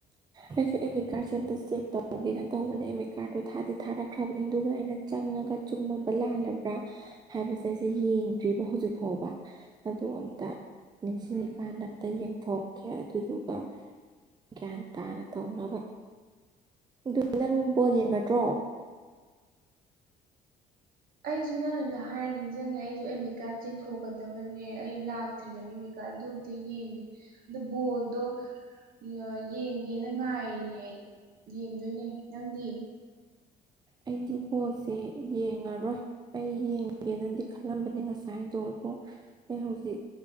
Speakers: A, on the right; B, on the right.
A: ꯑꯩꯁꯨ ꯑꯦꯃꯤꯠ ꯀꯥꯔꯠꯁꯦ ꯑꯝꯇ ꯆꯦꯛ ꯇꯧꯒꯦꯅ ꯇꯧꯕꯅꯦ ꯑꯦꯃꯤꯠ ꯀꯥꯔꯠꯇꯣ ꯊꯥꯗꯤ ꯊꯥꯔꯛꯈ꯭ꯔꯕꯅꯦ ꯑꯗꯨꯒ ꯑꯩꯅ ꯆꯪꯉꯒ ꯆꯨꯝꯃꯕ ꯂꯥꯜꯂꯕ꯭ꯔꯥ ꯍꯥꯏꯕꯁꯦ ꯑꯩꯁꯦ ꯌꯦꯡꯗ꯭ꯔꯤꯕ ꯍꯧꯖꯤꯛ ꯐꯥꯎꯕ ꯑꯗꯨ ꯑꯝꯇ ꯅꯤꯡꯁꯤꯡꯉꯤꯀꯥꯟꯗ
B: ꯎꯝ
A: ꯑꯝꯇ ꯌꯦꯡꯊꯣꯛꯀꯦ ꯑꯗꯨꯗꯨꯒ ꯒ꯭ꯌꯥꯟ ꯇꯥꯅ ꯇꯧꯅꯕ ꯑꯗꯨ ꯅꯪ ꯕꯣꯜ ꯌꯦꯡꯒꯗ꯭ꯔꯣ
B: ꯑꯩꯖꯨ ꯅꯪꯅ ꯅ ꯍꯥꯏꯔꯅꯤꯡ ꯖꯪꯉꯦ ꯑꯩꯖꯨ ꯑꯦꯠꯃꯤꯠ ꯀꯥꯔꯠ ꯆꯤꯡꯊꯣꯛꯀꯗꯕꯅꯦ ꯑꯩ ꯂꯥꯛꯇ꯭ꯔꯤꯕꯅꯦ ꯑꯦꯃꯤꯠ ꯀꯥꯔꯠ ꯑꯗꯨ ꯑꯝꯇ ꯌꯦꯡꯒꯦ ꯗꯨ ꯕꯣꯜꯗꯨ ꯌ ꯌꯦꯡꯒꯦꯅ ꯉꯥꯏꯔꯤꯅꯦ ꯑꯩ ꯌꯦꯡꯗꯣꯏꯅꯦ ꯅꯪꯗꯤ
A: ꯑꯩꯗꯤ ꯕꯣꯜꯁꯦ ꯌꯦꯡꯉꯔꯣꯏ ꯑꯩ ꯌꯦꯡꯒꯦꯅꯗꯤ ꯈꯜꯂꯝꯕꯅꯦ ꯉꯁꯥꯏꯗꯣ ꯑꯗꯣ ꯑꯩ ꯍꯧꯖꯤꯛ